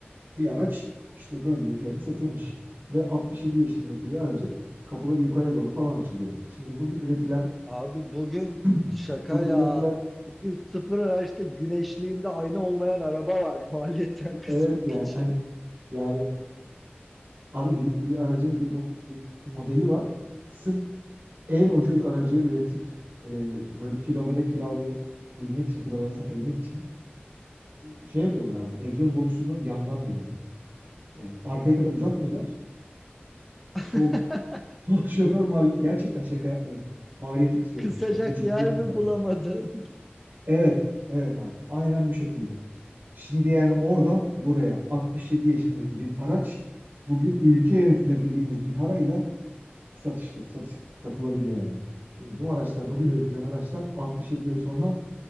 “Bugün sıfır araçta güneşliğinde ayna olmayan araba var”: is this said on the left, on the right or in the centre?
Centre